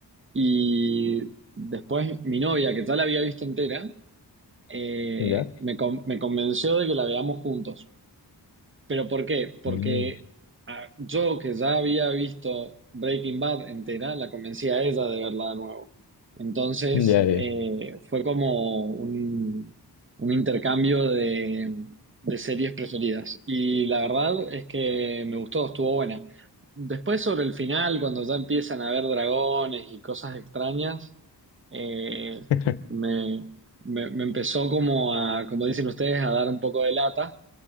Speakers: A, on the right (about 30°); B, on the left (about 80°).
A: y después mi novia, que ya la había visto entera, eh,
B: Ya.
A: me, con- me convenció de que la veamos juntos. ¿Pero por qué? Porque
B: Mm,
A: ah, yo que ya había visto Breaking Bad entera, la convencí a ella de verla de nuevo. Entonces
B: ya, ya.
A: eh, fue como un, un intercambio de, de series preferidas. Y la verdad es que me gustó, estuvo buena. Después sobre el final, cuando ya empiezan a ver dragones y cosas extrañas, eh,
B: <laughs>
A: me, me me empezó como a, como dicen ustedes, a dar un poco de lata